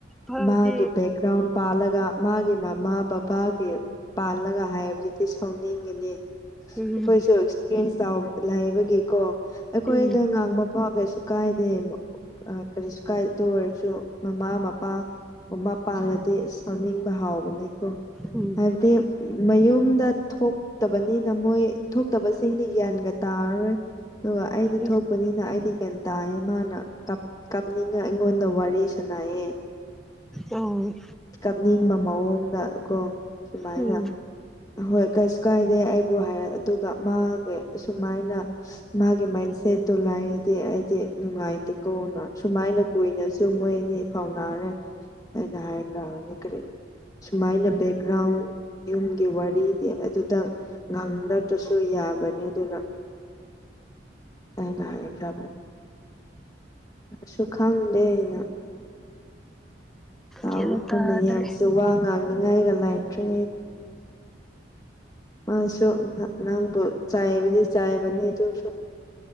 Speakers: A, in the centre; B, on the left (about 20°).
A: ꯐꯥꯎꯗꯤ
B: ꯃꯥꯒꯤ ꯕꯦꯛꯒ꯭ꯔꯥꯎꯟ ꯄꯥꯜꯂꯒ ꯃꯥꯒꯤ ꯃꯃꯥ ꯕꯕꯥꯒꯤ ꯄꯥꯜꯂꯒ ꯍꯥꯏꯕꯗꯨꯗꯤ ꯁꯥꯎꯅꯤꯡꯒꯅꯤ
A: ꯎꯝ
B: ꯑꯩꯈꯣꯏꯁꯨ ꯑꯦꯛꯁꯄꯤꯌꯦꯟꯁ ꯂꯩꯕꯒꯤꯀꯣ ꯑꯩꯈꯣꯏꯗ
A: ꯎꯝ
B: ꯉꯥꯡꯕ ꯄꯥꯎ ꯀꯩꯁꯨ ꯀꯥꯏꯗꯦꯕ ꯀꯔꯤꯁꯨ ꯀꯥꯏꯗ ꯑꯣꯏꯔꯁꯨ ꯃꯃꯥ ꯃꯄꯥ ꯃꯃꯥ ꯄꯥꯜ ꯁꯥꯎꯅꯤꯡꯕ ꯍꯥꯎꯕꯅꯤꯀꯣ
A: ꯎꯝ
B: ꯍꯥꯏꯕꯗꯤ ꯃꯌꯨꯝꯗ ꯊꯣꯛ ꯊꯣꯛꯇꯕꯅꯤꯅ ꯃꯣꯏ ꯊꯣꯛꯇꯕꯁꯤꯡꯗꯤ ꯒ꯭ꯌꯥꯟꯒ ꯇꯥꯔꯔꯣꯏ ꯑꯗꯨꯒ ꯑꯩꯗꯤ
A: ꯎꯝ
B: ꯊꯣꯛꯄꯅꯤꯅ ꯑꯩꯗꯤ ꯀꯩꯅꯣ ꯇꯥꯏꯌꯦ ꯃꯥꯅ ꯀꯥꯞꯅꯤꯡꯉ ꯑꯩꯉꯣꯟꯗ ꯋꯥꯔꯤꯁꯥꯅꯩꯌꯦ
A: ꯑꯣ
B: ꯀꯥꯞꯅꯤꯡꯕ ꯃꯑꯣꯡꯗ ꯀꯣ ꯁꯨꯃꯥꯏꯅ
A: ꯎꯝ
B: ꯍꯣꯏ ꯀꯩꯁꯨ ꯀꯥꯏꯗꯦ ꯑꯩꯕꯨ ꯍꯥꯏꯔ ꯑꯗꯨꯒ ꯃꯥꯒꯤ ꯑꯁꯨꯨꯃꯥꯏꯅ ꯃꯥꯒꯤ ꯃꯥꯏꯟꯁꯦꯠꯇꯣ ꯂꯥꯏꯗꯤ ꯑꯩꯗꯤ ꯅꯨꯡꯉꯥꯏꯇꯦꯀꯣꯅ ꯁꯨꯃꯥꯏꯅ ꯀꯨꯏꯅꯁꯨ ꯃꯣꯏ ꯑꯅꯤ ꯐꯥꯎꯅꯥꯔꯦ ꯑꯩꯅ ꯍꯥꯏꯈ꯭ꯔꯕꯅꯤ ꯀꯔꯤ ꯁꯨꯃꯥꯏꯅ ꯕꯦꯛꯒ꯭ꯔꯥꯎꯟ ꯌꯨꯝꯒꯤ ꯋꯥꯔꯤꯗꯤ ꯑꯗꯨꯗꯪ ꯉꯥꯡꯗꯅꯕꯁꯨ ꯌꯥꯕꯅꯤ ꯑꯗꯨꯅ ꯑꯩꯅ ꯍꯥꯏꯈ꯭ꯔꯕ ꯁꯨ ꯈꯪꯗꯦꯅ ꯇꯥꯎꯔꯤꯕꯥ
A: ꯒ꯭ꯌꯥꯟ ꯇꯥꯗ꯭ꯔꯦ
B: ꯃꯌꯥꯝꯁꯦ ꯋꯥ ꯉꯥꯡꯅꯤꯉꯥꯏꯒ ꯂꯥꯏꯇ꯭ꯔꯦ ꯃꯥꯁꯨ ꯅꯪꯕꯨ ꯆꯥꯕꯨꯗꯤ ꯆꯥꯕꯅꯤ ꯗꯨꯁꯨ